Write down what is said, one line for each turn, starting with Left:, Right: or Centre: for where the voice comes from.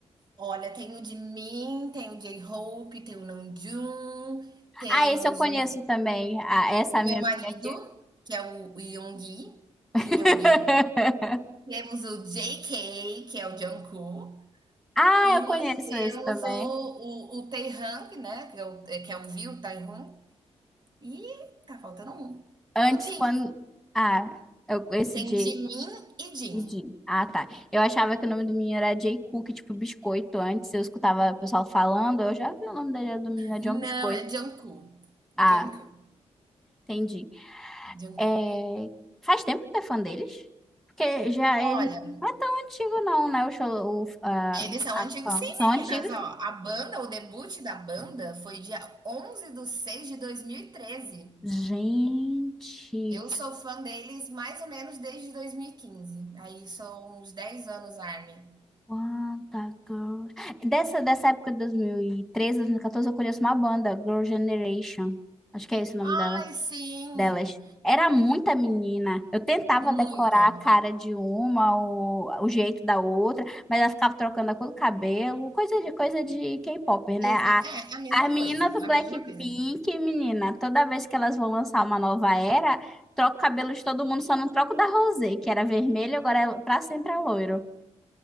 Right: Olha, tem o de mim, tem o J-Hope, tem o Namjoon, temos
Centre: Ah, esse eu conheço
Right: o,
Centre: também. Ah, essa
Right: o
Centre: minha
Right: meu marido,
Centre: amiga aqui.
Right: que é o, o Yoongi, Min
Centre: <laughs>
Right: Yoongi. Temos o J K que é o Jungkook,
Centre: Ah,
Right: e
Centre: eu conheço
Right: nós temos
Centre: esse também.
Right: o, o, o Taehyung, né, que é o, que é o Viu, Taehyung, e tá faltando um.
Centre: Antes,
Right: O Jin.
Centre: quando. Ah, eu- esse
Right: Tem
Centre: J.
Right: Jimin e Jin.
Centre: e Jim. Ah, tá. Eu achava que o nome do menino era J. Cook, tipo biscoito. Antes eu escutava o pessoal falando, eu já vi o nome dele era do menino, é
Right: Não,
Centre: John Biscoito.
Right: é Jungkook.
Centre: Ah,
Right: Jungkook.
Centre: entendi.
Right: Jungkook.
Centre: É, faz tempo que tu é fã deles? Porque já
Right: Olha,
Centre: ele não é tão antigo não, né? O show, o, a,
Right: eles são
Centre: a
Right: antigos
Centre: fã.
Right: sim,
Centre: São antigos.
Right: meninas, ó. A banda, o debut da banda foi dia 11 de 6 de dois mil e treze
Centre: Gente,
Right: Eu sou fã deles mais ou menos desde dois mil e quinze Aí são uns 10 anos, Armin.
Centre: quanta girl. Dessa, dessa época de dois mil e 2014, eu conheço uma banda, Girl Generation. Acho que é esse o nome dela.
Right: Ai, sim,
Centre: delas. Era muita menina. Eu tentava
Right: muita.
Centre: decorar a cara de uma, o, o jeito da outra, mas ela ficava trocando a cor do cabelo, coisa de coisa de K-pop, né?
Right: Exa
Centre: A,
Right: é, a mesma
Centre: as meninas
Right: coisa,
Centre: do
Right: a
Centre: Blackpink,
Right: mesma coisa.
Centre: menina, toda vez que elas vão lançar uma nova era, troca o cabelo de todo mundo, só não troco da Rosé, que era vermelho, agora é pra sempre é loiro.